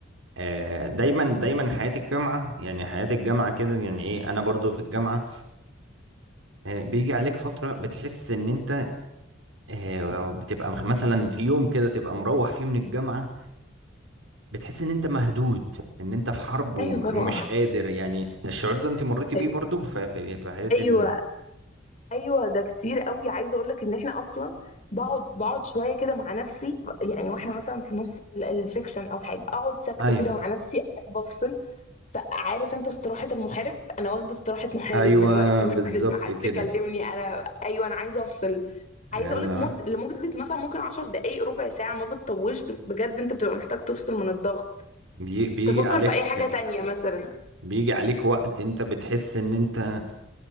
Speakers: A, on the right; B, on the left.
A: آه، دايما دايما حياة الجامعة يعني حياة الجامعة كده يعني ايه انا برضو في الجامعة آه، بيجي عليك فترة بتحس ان انت آه، بتبقى مخ- مثلا في يوم كده تبقى مروح فيه من الجامعة بتحس ان انت مهدود ان انت في حرب وم-
B: ايوه طبعا
A: ومش قادر يعني الشعور ده انت مريتي بيه
B: أيوة
A: برضو في في في حياة
B: أيوة.
A: ال...
B: ايوه ده كتير قوي عايزه اقول لك ان احنا اصلا بقعد بقعد شويه كده مع نفسي يعني واحنا مثلا في نص ال- السكشن او حاجه اقعد ساكته
A: ايوه
B: كده مع نفسي احب افصل فعارف انت استراحة المحارب انا واخدة استراحة محارب
A: ايوه
B: دلوقتي ما
A: بالظبط
B: حد ما حد
A: كده
B: يكلمني انا ايوه انا عايزة افصل عايزة
A: ال-
B: اقول لك مد لمدة مثلا ممكن 10 دقايق ربع ساعة ما بتطولش بس بجد انت بتبقى محتاج تفصل من الضغط
A: بي- بيجي
B: تفكر
A: عليك
B: في اي حاجة تانية مثلا
A: بيجي عليك وقت انت بتحس ان انت